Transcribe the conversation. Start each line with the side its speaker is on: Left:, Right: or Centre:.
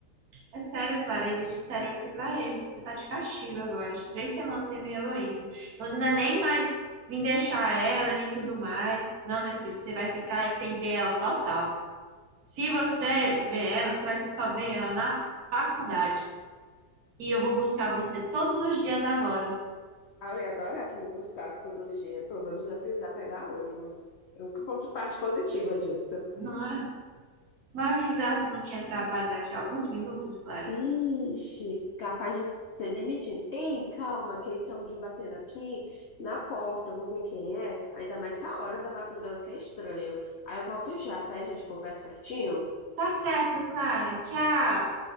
Right: É sério, Clara, eles disseram isso pra ele. Você tá de castigo agora, de três semanas sem ver a Heloísa. Lorena nem mais me deixar ela, nem tudo mais. Não, meu filho, você vai ficar sem ver ela total. Se você ver ela, você vai ser só ver ela na faculdade. E eu vou buscar você todos os dias agora,
Left: Ah, eu ia adorar que me buscasse todo dia, pelo menos já precisar pegar ônibus. Eu nunca ponto parte positiva disso.
Right: não é? Mas o José Arthur não tinha trabalho daqui a alguns minutos, Clara.
Left: Vixe, capaz de ser demitido. Ei, calma, que tem alguém batendo aqui na porta, eu vou ver quem é. Ainda mais essa hora da madrugada que é estranho. Aí eu volto já, tá? A gente conversa certinho.
Right: Tá certo, Clara. Tchau.